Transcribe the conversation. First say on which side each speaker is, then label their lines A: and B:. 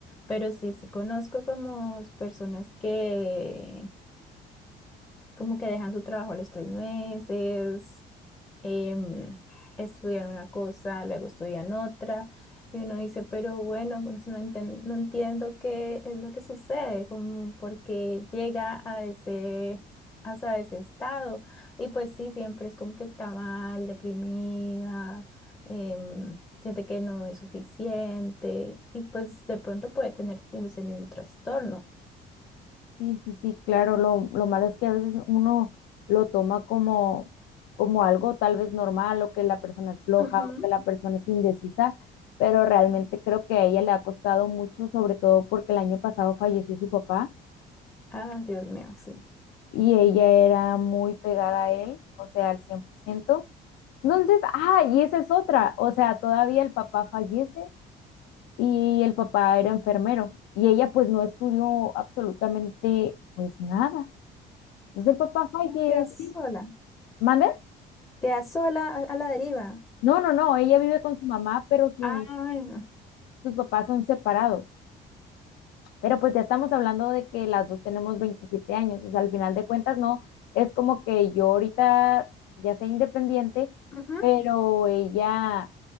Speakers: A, on the left (about 15°); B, on the left (about 85°).
A: pero sí, sí conozco como personas que como que dejan su trabajo a los tres meses, em, estudian una cosa, luego estudian otra, y uno dice, pero bueno, pues no enten- no entiendo qué es lo que sucede, como porque llega a ese, hasta ese estado. Y pues sí, siempre es como que está mal, deprimida, em, siente que no es suficiente, y pues de pronto puede tener ese mismo trastorno.
B: Sí, sí, sí, claro, lo, lo malo es que a veces uno lo toma como, como algo tal vez normal o que la persona es floja
A: Ujú.
B: o que la persona es indecisa, pero realmente creo que a ella le ha costado mucho, sobre todo porque el año pasado falleció su papá
A: Ah, Dios mío, sí.
B: y ella era muy pegada a él, o sea, al 100%. Entonces, ah, y esa es otra, o sea, todavía el papá fallece y el papá era enfermero y ella pues no estudió absolutamente pues nada. Entonces el papá fallece
A: No, Quedas sola.
B: ¿Mande?
A: Quedas sola a, a la deriva.
B: No, no, no, ella vive con su mamá, pero su-
A: Ay, no.
B: sus papás son separados. Pero pues ya estamos hablando de que las dos tenemos 27 años, o sea, al final de cuentas no, es como que yo ahorita ya sea independiente,
A: Ujú.
B: pero ella,